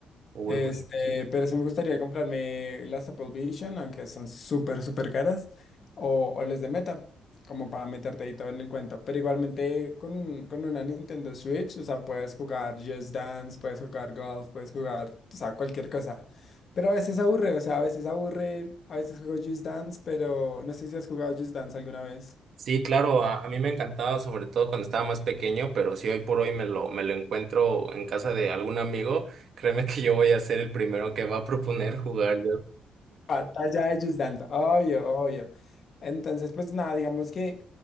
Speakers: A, on the right; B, on the left.
A: Uy,
B: Este,
A: buenísimo.
B: pero sí me gustaría comprarme las Apple Vision, aunque son súper, súper caras, o, o las de Meta, como para meterte ahí todo en el cuento. Pero igualmente con, un- con una Nintendo Switch, o sea, puedes jugar Just Dance, puedes jugar golf, puedes jugar, o sea, cualquier cosa. Pero a veces aburre, o sea, a veces aburre, a veces juego Just Dance, pero no sé si has jugado Just Dance alguna vez.
A: Sí, claro, a, a mí me encantaba, sobre todo cuando estaba más pequeño, pero si hoy por hoy me lo, me lo encuentro en casa de algún amigo, créeme que yo voy a ser el primero que va a proponer jugar.
B: Batalla de Just Dance, obvio, obvio. Entonces, pues nada, digamos que